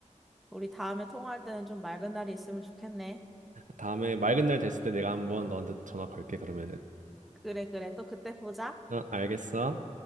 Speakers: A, in the centre; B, on the right.
A: 우리 다음에 통화할 때는 좀 맑은 날이 있으면 좋겠네.
B: 다음에 맑은 날 됐을 때 내가 한번 너한테 전화 걸게, 그러면은.
A: 그래, 그래. 또 그때 보자.
B: 어, 알겠어.